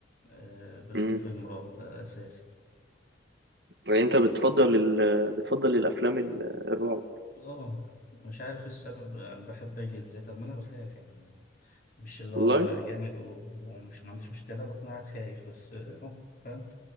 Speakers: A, on the left; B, on the right.
A: أه بشوف
B: مم.
A: فيلم رعب ده اساسي
B: يعني أنت بتفضل ال... بتفضل الأفلام ال- الرعب
A: اه مش عارف ايه السبب أنا بحب اجلد ذاتي رغم إن انا بخاف يعني مش اللي
B: والله؟
A: هو جامد و- ومش ما عنديش مشكله بكون قاعد خايف بس آه، فاهم